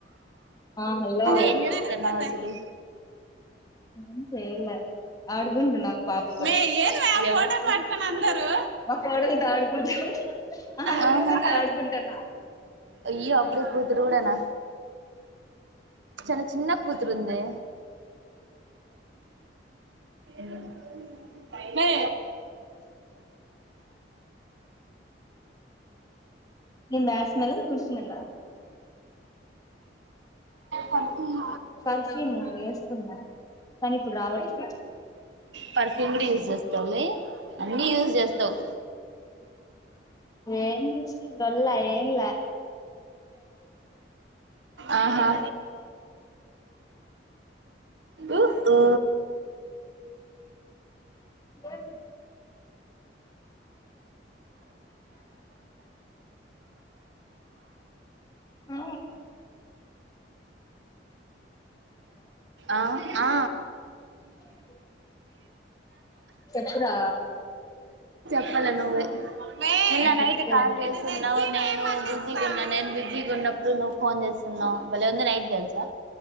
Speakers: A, on the left (about 20°); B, on the right (about 85°).
A: ఆ హలో
B: ఏం చేస్తున్నావ్ అసలు
A: ఏం చేయలే ఆడుకుంటన్న ఒక పాపతో
B: మే ఏనుమే ఆ ఫోటోను పట్టుకొని అందరూ
A: మా కోడలు తో ఆడుకుంటు అహ నా
B: అవునా
A: కూతురు తో ఆడుకుంటు టన్న
B: అయ్యో అప్పుడే కూతురు కూడనా చాలా చిన్న కూతురుందే మ్మ్ మే
A: ఏం బ్యాడ్ స్మెల్లా గుడ్ స్మెల్లా
B: పర్ఫ్యూమ్
A: పర్ఫ్యూమ్ వేసుకున్నా కానీ ఇప్పుడు రావట్లే
B: పర్ ఫ్యూమ్ కూడ యూజ చేస్తావులే అన్ని యూస్ చేస్తవు
A: ఏం చేస్తేం డొల్ల ఏం ల
B: ఆహా ఉ ఊ
A: కిరన్ ఆ
B: ఆ ఆ
A: <unintelligible> చెప్పురా
B: చెప్పాలి నువ్వే నిన్న నైట్
A: చెప్పు
B: కాల్ చేసింది నేను బిజీ ఉన్నా నేను బిజీ ఉన్న ఇప్పుడు నువ్వు ఫోన్ చేస్తున్నావు భళ్లే ఉంది నైట్ తెలుసా